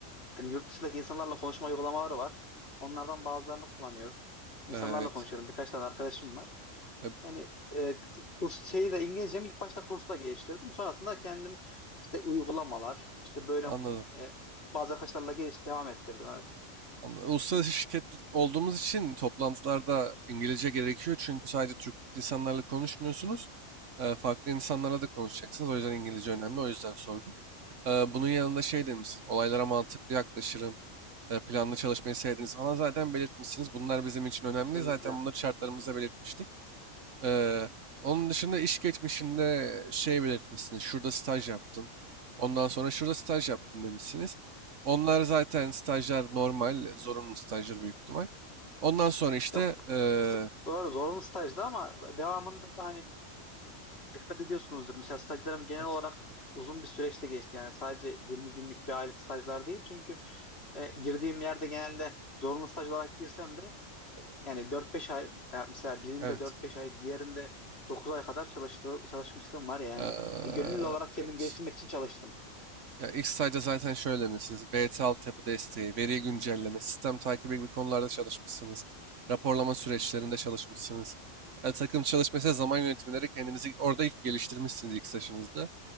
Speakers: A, on the left; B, on the right.
A: yani yurt dışındaki insanlarla konuşma uygulamaları var. Onlardan bazılarını kullanıyorum. İnsanlarla
B: Evet.
A: konuşuyorum. Birkaç tane arkadaşım var.
B: E,
A: Yani e, kurs şeyi de İngilizcemi ilk başta kursla geliştirdim. Sonrasında kendim işte uygulamalar, işte böyle
B: Anladım.
A: e, bazı arkadaşlarla geliş devam ettirdim. Evet.
B: Anladım. Uluslararası şirket olduğumuz için toplantılarda İngilizce gerekiyor. Çünkü sadece Türk insanlarla konuşmuyorsunuz. E, Farklı insanlarla da konuşacaksınız. O yüzden İngilizce önemli. O yüzden sordum. E, Bunun yanında şey demişsiniz. Olaylara mantıklı yaklaşırım. e, Planlı çalışmayı sevdiğinizi falan zaten belirtmişsiniz. Bunlar bizim için önemli.
A: Kesinlikle.
B: Zaten bunları şartlarımızda belirtmiştik. Eee, onun dışında iş geçmişinde şey belirtmişsiniz. Şurada staj yaptım. Ondan sonra şurada staj yaptım demişsiniz. Onlar zaten stajlar normal, zorunlu stajlar büyük ihtimal. Ondan sonra işte
A: Yok
B: eee,
A: doğru zorunlu stajdı ama devamında da hani dikkat ediyorsunuzdur. Mesela stajlarım genel
B: evet,
A: olarak uzun bir süreçte geçti. Yani sadece 20 günlük bir aylık stajlar değil. Çünkü e, girdiğim yerde genelde zorunlu staj olarak girsem de e, yani 4-5 ay yani mesela birinde
B: evet,
A: 4-5 ay diğerinde 9 ay kadar çalıştığı, çalışmışlığım var yani.
B: eee,
A: Yani gönüllü olarak kendimi
B: evet.
A: geliştirmek için çalıştım.
B: Ya ilk stajda zaten şöyle demişsiniz. BT altyapı desteği, veri güncelleme, sistem takibi gibi konularda çalışmışsınız. Raporlama süreçlerinde çalışmışsınız. E, takım çalışması, zaman yönetimleri kendinizi orada ilk geliştirmişsiniz ilk stajınızda.